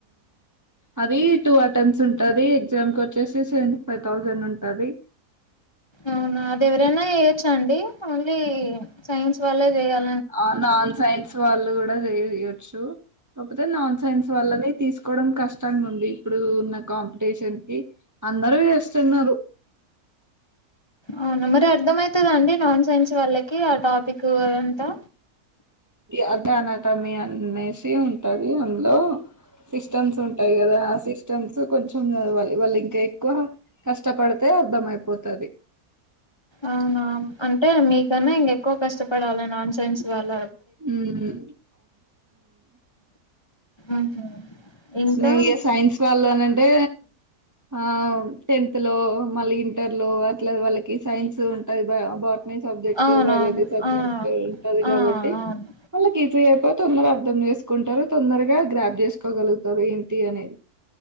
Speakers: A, on the right; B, on the left.
A: అది టూ అటెంప్ట్స్ ఉంటది ఎగ్జామ్ కి వచ్చేసి సెవె ఫైవ్ థౌజండ్ ఉంటది
B: అవునా అది ఎవరైనా చేయొచ్చ అండి ఓన్లీ సైన్స్ వాళ్లే చేయాల
A: ఆ నాన్ సైన్స్ వాళ్ళు కూడా చేయొచ్చు కాకపోతే నాన్ సైన్స్ వాల్లని తీసుకోవడం కష్టంగా ఉంది ఇప్పుడు ఉన్న కాంపిటీషన్ కి అందరు చేస్తున్నారు
B: అవునా మరి అర్థ అయితదదండి నాన్ సైన్స్ వాళ్ళకి ఆ టాపిక్ అంతా
A: ఈ అర్థ అనటమి అనేసి ఉంటది అందులో సిస్టమ్స్ ఉంటాయి కదా ఆ సిస్టమ్స్ కొంచెం చదవాలి వాళ్ళు ఇంకా ఎక్కువ కష్టపడితే అర్ధం అయిపోతుది
B: అవునా అంటే మీకన్నా ఇంక ఎక్కువ కష్టపడాలి నాన్ సైన్స్ వాళ్ళ
A: ఉమ్
B: ఊహు ఇంకా
A: నయ సైన్స్ వాళ్ళ అనన్ అంటే ఆ టెన్త్ లో మళ్ళీ ఇంటర్ లో అట్లా వాళ్ళకి సైన్స్ ఉంటాది బా సబ్జెక్ట్
B: అవునవును
A: బయాలజీ సబ్జెక్ట్
B: ఆ
A: ఉంటది
B: ఆ
A: కాబట్టి
B: అవును
A: వాళ్ళకిస అ తొందర అర్థం చేసుకుంటారు తొందరగా గా గ్రాప్ చేసుకోగలుగుతారు ఏంటి అనేది